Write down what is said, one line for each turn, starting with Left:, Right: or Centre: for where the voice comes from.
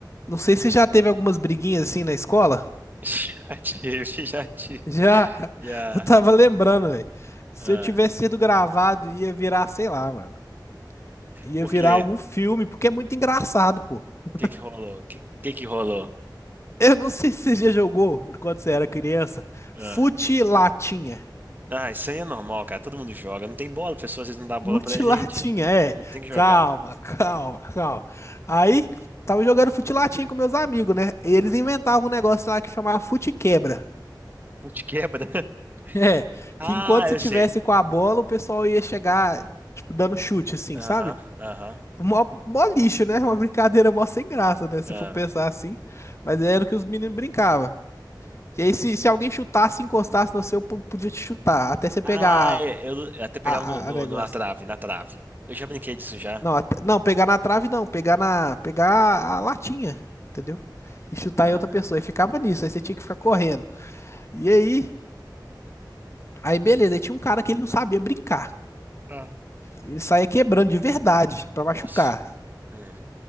Left: não sei se já teve algumas briguinhas assim na escola.
Right: <laughs> Já tive, já tive,
Left: Já, <laughs>
Right: já.
Left: eu tava lembrando, velho. Se
Right: Ah,
Left: eu tivesse sido gravado, ia virar, sei lá, mano. Ia
Right: por
Left: virar
Right: quê?
Left: algum filme, porque é muito engraçado, pô. <laughs>
Right: O que que rolou? O que, que que rolou?
Left: Eu não sei se você já jogou, quando você era criança,
Right: Ah.
Left: fute latinha.
Right: Ah, isso aí é normal, cara, todo mundo joga. Não tem bola, pessoal, às vezes não dá bola
Left: Futilatinha,
Right: pra gente.
Left: é.
Right: Não tem que jogar.
Left: Calma, <laughs> calma, calma. Aí, tava jogando futilatinha com meus amigos, né? E eles
Right: Hum.
Left: inventavam um negócio lá que chamava fute-quebra. <laughs>
Right: Putz, quebra. <laughs>
Left: É,
Right: Ah,
Left: que enquanto você
Right: eu
Left: tivesse
Right: sei.
Left: com a bola, o pessoal ia chegar, tipo, dando chute, assim,
Right: Aham,
Left: sabe?
Right: aham.
Left: Mó, mó lixo, né? <laughs> Uma brincadeira mó sem graça, né? Se
Right: ah.
Left: for pensar assim. Mas era o que os meninos brincavam. E aí, se, se alguém chutasse, encostasse no seu, po- podia te chutar, até você pegar
Right: Ah, é, eu eu até pegava
Left: a,
Right: no, no-
Left: a, a negócio.
Right: na trave, na trave. Eu já brinquei disso já.
Left: Não, até- não, pegar na trave não, pegar na, pegar a latinha, entendeu? E chutar
Right: Ah,
Left: em outra pessoa. E ficava nisso, aí você tinha que ficar correndo. E aí, aí beleza, aí tinha um cara que ele não sabia brincar.
Right: Ah,
Left: Ele saía quebrando de verdade pra machucar.
Right: nossa. Hum.